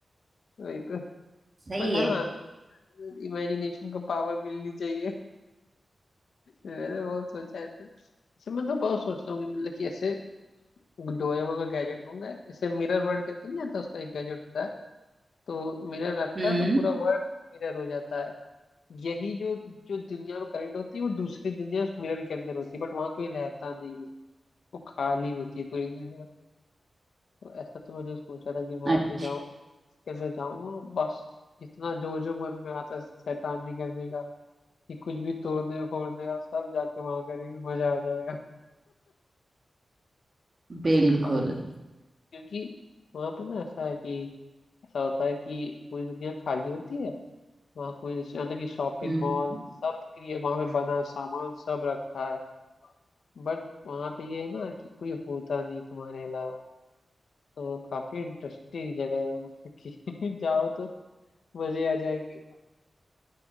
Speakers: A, on the left; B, on the right.
A: वही तो
B: सही
A: बट हाँ
B: है
A: इमेजिनेशन को पावर मिलनी चाहिए मैंने बहुत सोचा है तो अच्छा, मैं तो बहुत सोचता हूँ कि मतलब कि ऐसे डोरेमोन का गैजेट लूंगा जैसे मिरर वर्ल्ड करके नहीं आता उसका एक गैजेट होता है तो मिरर रखता
B: हम्म
A: है तो पूरा वर्ल्ड मिरर हो जाता है यही जो जो दुनिया में करंट होती है वो दूसरी दुनिया उस मिरर के अंदर होती है बट वहां कोई रहता नहीं है वो खाली होती है पूरी दुनिया तो ऐसा तो मैंने सोचा था कि वहां
B: अच्छा
A: पे जाऊं के अंदर जाऊंगा बस जितना जो जो मन में आता है शैतानी करने का कि कुछ भी तोड़ने फोड़ने का सब जाके वहां करेंगे मजा आ जाएगा
B: बिल्कुल
A: और क्योंकि वहां पे ना ऐसा है कि ऐसा होता है कि पूरी दुनिया खाली होती है वहाँ कोई यहाँ तक कि शॉपिंग
B: हम्म
A: मॉल सब के लिए वहाँ पे बना है, सामान सब रखा है बट वहाँ पे ये है ना कि कोई होता नहीं तुम्हारे अलावा तो काफी इंटरेस्टिंग जगह है मतलब कि <laughs> जाओ तो मजे आ जाएंगे